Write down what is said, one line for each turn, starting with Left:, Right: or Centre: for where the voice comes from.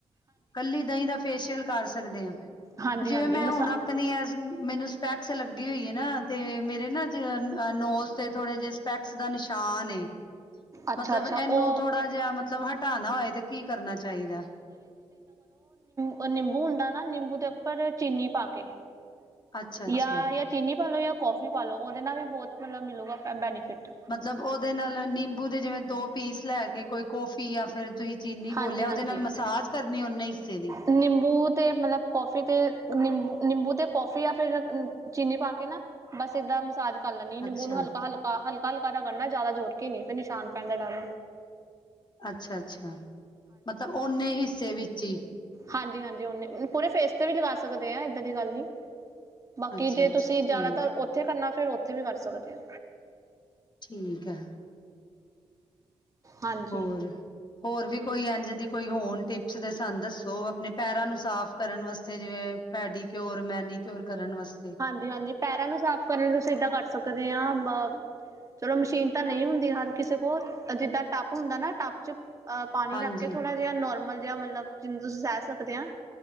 Left: ਕੱਲੀ ਦਹੀਂ ਦਾ ਫੇਸ਼ੀਅਲ ਕਰ ਸਕਦੇ ਹਾਂ।
Right: ਹਾਂਜੀ
Left: ਜਿਵੇਂ
Right: ਹਾਂਜੀ
Left: ਮੈਂ
Right: ਮਸਾ
Left: ਹੁਣ ਆਪਣੀ ਮੈਨੂੰ ਸਪੈਕਸ ਲੱਗੀ ਹੋਈ ਹੈ ਨਾ ਤੇ ਮੇਰੇ ਨਾ ਨੋਸ ਤੇ ਥੋੜੇ ਜਿਹੇ ਸਪੈਕਸ ਦਾ ਨਿਸ਼ਾਨ ਏ
Right: ਅੱਛਾ
Left: ਮਤਲਬ
Right: ਅੱਛਾ
Left: ਇਹਨੂੰ
Right: ਉਹ
Left: ਥੋੜਾ ਜਿ ਮਤਲਬ ਹਟਾਣਾ ਹੋਏ ਤੇ ਕੀ ਕਰਨਾ ਚਾਹੀਦਾ।
Right: ਉਹ ਨਿੰਬੂ ਹੁੰਦਾ ਨਾ ਨਿੰਬੂ ਦੇ ਉੱਪਰ ਚੀਨੀ ਪਾ ਕੇ
Left: ਅੱਛਾ-ਅੱਛਾ
Right: ਜਾਂ ਚੀਨੀ ਪਾ ਲਉ ਜਾਂ ਕੌਫੀ ਪਾ ਲਉ ਉਹਦੇ ਨਾਲ ਵੀ ਬਹੁਤ ਮਤਲਬ ਮਿਲੂਗਾ ਬੈਨੀਫਿਟ
Left: ਮਤਲਬ ਉਹਦੇ ਨਾਲ ਨਿੰਬੂ ਦੇ ਜਿਵੇਂ ਦੋ ਪੀਸ ਲੈ ਕੇ ਕੋਈ ਕੋਫੀ ਜਾਂ ਫਿਰ ਤੁਸੀਂ ਚੀਨੀ
Right: ਹਾਂਜੀ
Left: ਬੋਲਿਆ
Right: ਹਾਂਜੀ
Left: ਉਹਦੇ ਨਾਲ
Right: ਹਾਂ
Left: ਮਸਾਜ ਕਰਨੀ ਉਹਨੇ ਹਿੱਸੇ ਦੀ
Right: ਨਿੰਬੂ ਤੇ ਮਤਲਬ ਕੋਫ ਫੀ ਤੇ ਨਿੰਬੂ -ਨਿੰਬੂ ਤੇ ਕੌਫੀ ਆ ਫਿਰ ਚੀਨੀ ਪਾ ਕੇ ਨਾ ਬਸ ਏਦਾਂ ਮਸਾਜ ਕੱਲ ਨੀ ਨਿੰਬੂ
Left: ਅੱਛਾ,
Right: ਨੂੰ ਹਲਕਾ-ਹਲਕਾ-ਹਲਕਾ- ਹਲਕਾ ਰਗੜਨਾ ਜਿਆਦਾ ਜੋਰ ਕੇ ਨਹੀਂ ਫਿਰ ਨਿਸ਼ਾਨ ਪੈਂ ਦਾ ਡਰ
Left: ਅੱਛਾ-ਅੱਛਾ ਮਤਲਬ ਓਨੇ ਹਿੱਸੇ ਵਿੱਚ ਹੀ
Right: ਹਾਂਜੀ-ਹਾਂਜੀ ਉਨੇ ਪੂਰੇ ਫੇਸ ਤੇ ਵੀ ਲਗਾ ਸਕਦੇ ਆ ਏਦਾਂ ਦੀ ਗੱਲ ਨਹੀਂ। ਬਾਕੀ
Left: ਅੱਛਾ-ਅੱਛਾ
Right: ਜੇ ਤੁਸੀਂ ਜ਼ਿਆਦਾਤਰ
Left: ਠੀਕ,
Right: ਉੱਥੇ ਕਰਨਾ ਫੇਿਰ ਉੱਥੇ ਵੀ ਕਰ ਸਕਦੇ ਆ।
Left: ਠੀਕ ਆ।
Right: ਹਾਂਜੀ
Left: ਹੋਰ ਹੋਰ ਵੀ ਕੋਈ ਇੰਜ ਦੀ ਕੋਈ ਹੋਣ ਟਿਪਸ ਦੱਸ ਸਾਨੂੰ ਦੱਸੋ ਆਪਣੇ ਪੈਰਾਂ ਨੂੰ ਸਾਫ਼ ਕਰਨ ਵਾਸਤੇ ਜਿਵੇਂ ਪੈਡੀ ਕਿਓਰ ਮੈਨੀ ਕਿਓਰ ਕਰਨ ਵਾਸਤੇ
Right: ਜੀ ਹਾਂਜੀ ਪੈਰਾਂ ਨੂੰ ਸਾਫ਼ ਕਰਨ ਲਈ ਤੁਸੀਂ ਏਦਾਂ ਕਰ ਸਕਦੇ ਹ ਬ। ਚਲੋ ਮਸ਼ੀਨ ਤਾਂ ਨਹੀਂ ਹੁੰਦੀ ਹਰ ਕਿਸੇ ਕੋਲ ਜਿੱਦਾਂ ਟੱਪ ਹੁੰਦਾ ਨਾ ਟਪ ਚ। ਅ ਪਾਣੀ
Left: ਹਾਂਜੀ
Right: ਰੱਖ ਕੇ ਥੋੜ੍ਹਾ ਜਿਹਾ ਨੋਰਮਲ ਜਿਹਾ ਮਤਲਬ ਜਿਨੂੰ ਤੁਸੀਂ ਸਹਿ ਸਕਦੇ ਆ